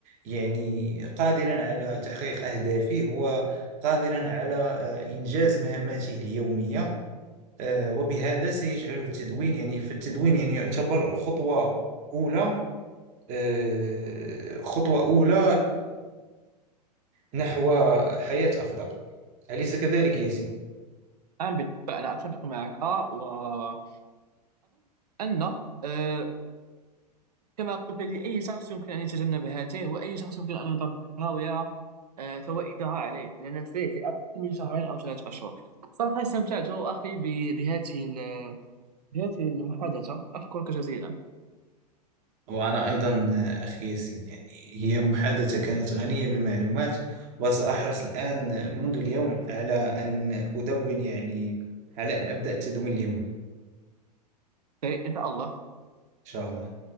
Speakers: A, on the right; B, on the right.
A: يعني قادرا على تحقيق أهدافه وقادرا على آه، إنجاز مهماته اليومية آه، وبهذا سيجعله التدوين يعني فالتدوين يعني يعتبر خطوة أولى آه، خطوة أولى لنحو حياة أفضل أليس كذلك ياسين؟
B: نعم بالطبع أنا أتفق معك وأظن أن آه، كما قلت لي أي شخص يمكن أن يتجنب هاته وأي شخص يمكن أن يطبقها ويرى آه، فوائدها عليه على نفسه في أقل من شهرين أو ثلاثة أشهر صراحة استمتعت أخي ب- بهذه ال- بهذه المحادثة أشكرك جزيلا
A: وأنا أيضا آه، أخي ياسين يعني هي محادثة كانت غنية بالمعلومات وسأحرص الآن منذ اليوم على أن أدون يعني على أن أبدأ تدوين اليوم إن
B: إيه، إن شاء الله
A: شاء الله